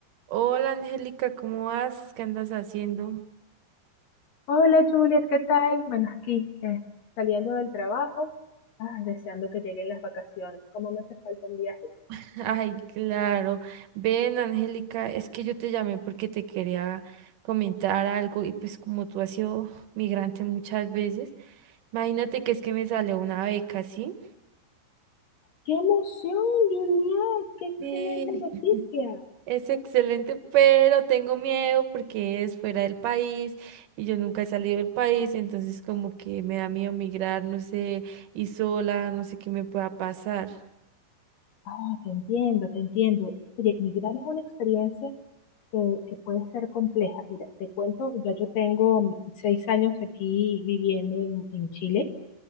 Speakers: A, on the right; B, on the left.
A: Hola Angélica, ¿cómo vas? ¿Qué andas haciendo?
B: Hola Juliet, ¿qué tal? Bueno, aquí eh, saliendo del trabajo, ah, deseando que lleguen las vacaciones. ¿Cómo me hace falta un viaje?
A: <laughs> Ay, claro. Ven, Angélica, es que yo te llamé porque te quería comentar algo y pues como tú has sido migrante muchas veces, imagínate que es que me sale una beca, ¿sí?
B: ¡Qué emoción, Juliet! ¡Qué excelente
A: Sí,
B: noticia!
A: es excelente, pero tengo miedo porque es fuera del país y yo nunca he salido del país, entonces como que me da miedo migrar, no sé, y sola, no sé qué me pueda pasar.
B: Ah, te entiendo, te entiendo. Oye, migrar es una experiencia que, que puede ser compleja. Mira, te cuento, ya yo tengo mm, seis años aquí viviendo en, en Chile.